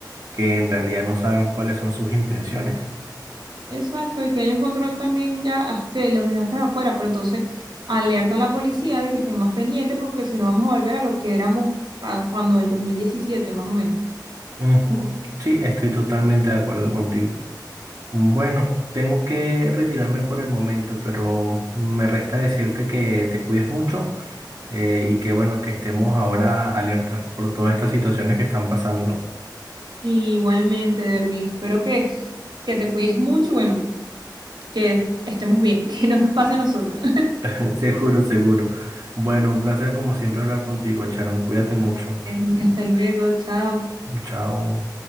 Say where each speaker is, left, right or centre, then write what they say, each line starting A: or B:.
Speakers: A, on the right; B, on the right.
A: que en realidad no sabemos cuáles son sus intenciones.
B: Exacto, y que haya un control también ya ah, que los dejaste afuera, pero entonces alerta a la policía de que estén más pendientes porque si no vamos a volver a lo que éramos ah, cuando el dos mil diecisiete más o menos.
A: Ujú. Sí, estoy totalmente de acuerdo contigo. Bueno, tengo que retirarme por el momento, pero me resta decirte que te cuides mucho eh, y que bueno, que estemos ahora alerta por todas estas situaciones que están pasando.
B: Sí, igualmente, Derwin, espero que, que te cuides mucho y bueno, que estemos bien, <laughs> que no nos pase a nosotros.
A: <laughs> Seguro, seguro. Bueno, un placer como siempre hablar contigo, Charon. Cuídate
B: <laughs>
A: mucho.
B: Derwin, Hasta luego, chao.
A: Chao.